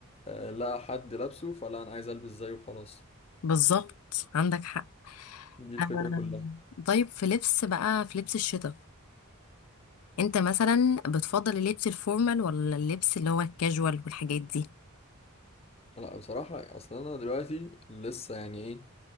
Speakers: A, on the left; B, on the left.
A: آه، لا حد لابسه فلا انا عايز البس زيه وخلاص
B: بالظبط عندك حق
A: دي الفكرة
B: أم،
A: كلها
B: طيب في لبس بقى في لبس الشتاء انت مثلا بتفضل اللبس الفورمال ولا اللبس اللي هو الكاجوال والحاجات دي
A: لا بصراحة اصلا انا دلوقتي لسه يعني ايه